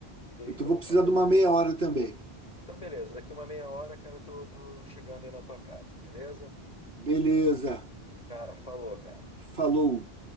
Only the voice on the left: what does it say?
e daí
tomar
um
cafezinho.
Então, beleza. Daqui uma meia hora, cara, eu tô, tô chegando aí na tua casa, beleza?
Cara, falou, cara.